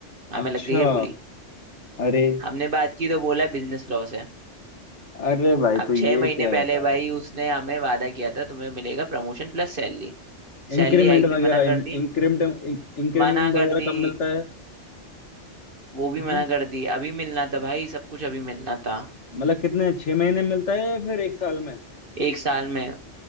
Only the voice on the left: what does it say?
अच्छा
अरे
अरे भाई
तो
ये
क्या
होता
है
इंक्रीमेंट
वगैरह
इंक्रीमेंट इंक्रीमेंट
वगैरह
कब मिलता है
हम्म
मतलब कितने छह महीने में मिलता है या फिर एक साल में